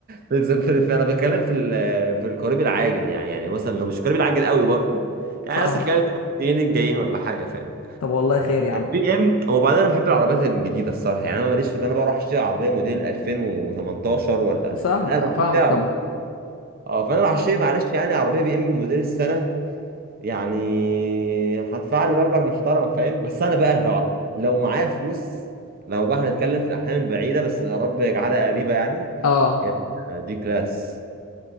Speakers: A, on the right; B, on the left.
A: في الز- في- في- انا بتكلم في ال- في القريب العاجل يعني يعني مثلا لو مش قريب العاجل قوي برضه يعني
B: فاهمك
A: مثلا خلال السنين الجايين ولا حاجه فاهم
B: طب والله خير يا عم
A: بي ام وبعدين انا بحب العربيات الجديده الصراحه يعني انا ماليش في ان انا بروح اشتري عربيه موديل 2018 ولا
B: سهم-
A: لا انا
B: فاهمك
A: هشتري
B: طبعا
A: عربيه اه فانا راح اشتري معلش يعني عربيه بي ام موديل السنه يعني هدفع لي مبلغ محترم فاهم بس انا بقى لو لو معايا فلوس لو بقى هنتكلم في الاحلام البعيده بس يا رب يجعلها قريبه يعني
B: اه
A: يا ابني دي كلاس